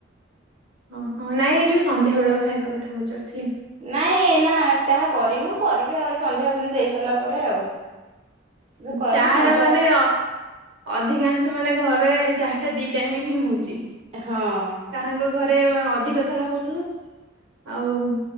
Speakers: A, on the right; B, on the right.
A: ଓହୋ ନାଇଁ ଏଇ ଯୋଉ ସନ୍ଧ୍ୟାବେଳ ଖାଇବା କଥା ପଚାରୁଥିଲି।
B: ନାଇଁ ନା ଚାହା କରିନୁ କରିବି ଆଉ ଏ ସନ୍ଧ୍ୟା ସୂନ୍ଧି ଦେଇ ସାରିଲା ପରେ ଆଉ। ଏବେ କରିନୁ
A: ଚା
B: ସନ୍ଧ୍ୟା
A: ଟା ମାନେ ଅଧିକାଂଶ ମାନେ ଘରେ ଚାହା ଟା ଦି ଟାଇମ ହିଁ ହଉଛି
B: ହଁ
A: କାହାଙ୍କ ଘରେ ଅଧି ଅଧିକ ଥର ହଉଥିବ। ଆଉ